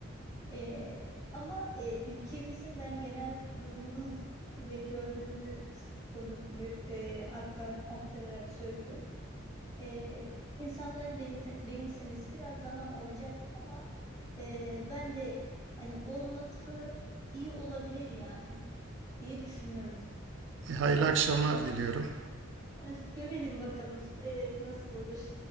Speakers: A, on the left; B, on the right.
A: Ee, ama e, ülkemizin ben genel durumunu <laughs> ve gördüğümü s- konu gör- e, aktar, aktararak söylüyorum. Ee, insanların benimse- benimsemesi biraz zaman alacaktır ama e, ben de hani olması iyi olabilir yani diye düşünüyorum.
B: E, hayırlı akşamlar diliyorum.
A: <laughs> Görelim bakalım. Evet nasıl olur? <laughs>